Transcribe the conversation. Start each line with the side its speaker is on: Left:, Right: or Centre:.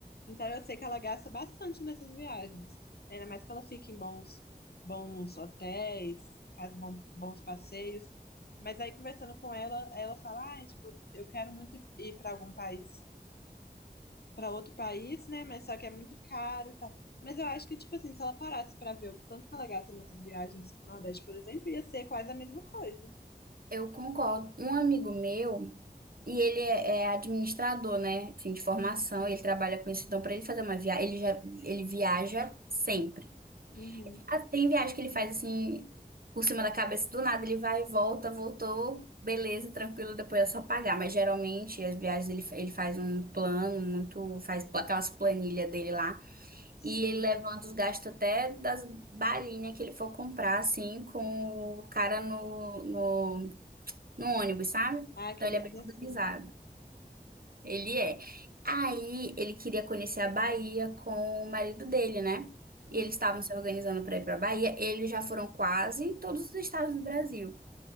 Left: Então eu sei que ela gasta bastante nessas viagens. Ainda mais que ela fica em bons, bons hotéis, faz bom, bons passeios. Mas aí, conversando com ela, ela fala, ah, tipo, eu quero muito ir para algum país para outro país, né? Mas só que é muito caro e tal. Mas eu acho que, tipo assim, se ela parasse para ver o tanto que ela gasta nessas viagens pro Nordeste, por exemplo, ia ser quase a mesma coisa.
Right: Eu concordo. Um amigo meu, e ele é, é administrador, né? Assim, de formação, ele trabalha com isso. Então, para ele fazer uma viagem, ele já ele viaja sempre.
Left: Uhum,
Right: Ah, Tem viagem que ele faz assim, por cima da cabeça do nada, ele vai, volta, voltou, beleza, tranquilo, depois é só pagar. Mas geralmente as viagens ele, fa- ele faz um plano, muito, faz pla- aquelas planilhas dele lá.
Left: sim.
Right: E ele levanta os gastos até das balinhas que ele for comprar, assim, com o cara no, no no ônibus, sabe?
Left: Ah, queria
Right: Então ele é bem
Left: ser
Right: organizado.
Left: assim.
Right: Ele é. Aí ele queria conhecer a Bahia com o marido dele, né?
Left: Uhum,
Right: E eles estavam se organizando para ir para a Bahia. Eles já foram quase em todos os estados do Brasil.